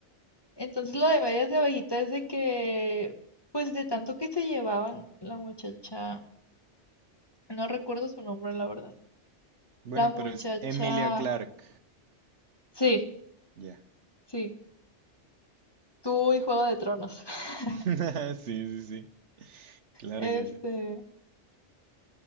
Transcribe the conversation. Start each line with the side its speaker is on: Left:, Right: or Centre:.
Left: Entonces lo de medias de abejita es de que, pues de tanto que se llevaban, la muchacha, no recuerdo su nombre, la verdad.
Right: Bueno,
Left: La muchacha,
Right: pero es Emilia Clarke.
Left: sí,
Right: Ya.
Left: sí, tuvo y Juego de Tronos. <laughs>
Right: <laughs> Sí, sí, sí. Claro
Left: Este,
Right: que sí.